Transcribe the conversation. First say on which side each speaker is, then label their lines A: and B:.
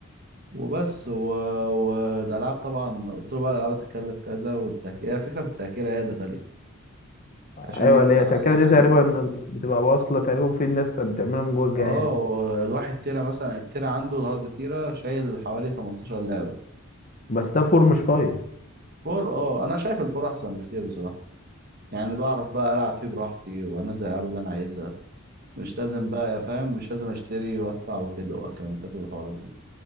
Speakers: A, on the right; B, on the left.
A: وبس و... والألعاب طبعا قلت له بقى الألعاب هتتكلف كذا والتأشيرة هي فكرة في التأشيرة هي اللي غالية عشان
B: ايوه
A: يفتح
B: اللي هي التأكلة
A: أي حاجة
B: دي تقريبا بتبقى واصله تقريبا في ناس بتعملها من جوه الجهاز
A: اه الواحد تيرة مثلا التيرة عنده الهارد تيرة شايل حوالي 18 لعبة
B: بس ده فور مش فايف
A: فور اه أنا شايف الفور أحسن بكتير بصراحة يعني بعرف بقى ألعب فيه براحتي وأنزل الألعاب اللي أنا عايزها مش لازم بقى يا فاهم مش لازم أشتري وأدفع وكده وأكونتات والحوارات دي